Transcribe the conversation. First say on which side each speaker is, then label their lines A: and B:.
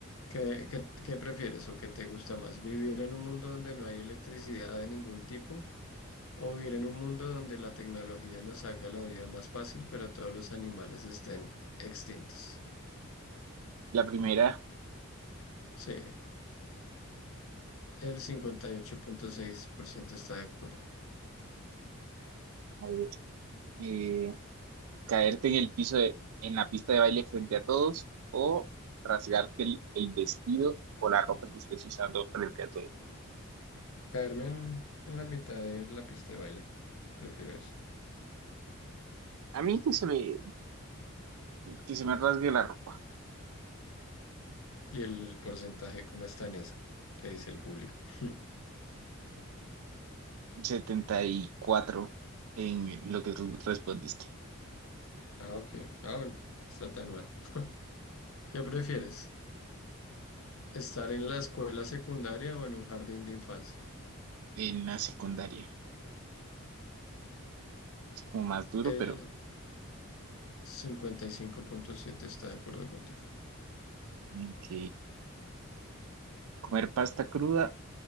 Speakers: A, on the left; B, on the right.
A: ¿Qué, qué- qué prefieres o qué te gusta más? ¿Vivir en un mundo donde no hay electricidad de ningún tipo o vivir en un mundo donde la tecnología nos haga la vida más fácil, pero todos los animales estén extintos?
B: La primera,
A: Sí, el 58.6% está de acuerdo.
B: a ver, eh, caerte en el piso de- en la pista de baile frente a todos o rasgarte el, el vestido o la ropa que estés usando frente a todos.
A: Caerme en, en la mitad de la pista de baile, prefiero eso.
B: A mí que se me, Que se me rasgue la ropa.
A: ¿Y el porcentaje cómo está en esa? ¿Qué dice el público? <laughs>
B: setenta y cuatro en lo que tú respondiste,
A: Ah, ok. Ah, bueno, está tan mal. <laughs> ¿Qué prefieres? Estar en la escuela secundaria o en un jardín de infancia.
B: en la secundaria. Es como más duro,
A: El
B: pero
A: cincuenta y cinco punto siete está de acuerdo contigo.
B: ok. Comer pasta cruda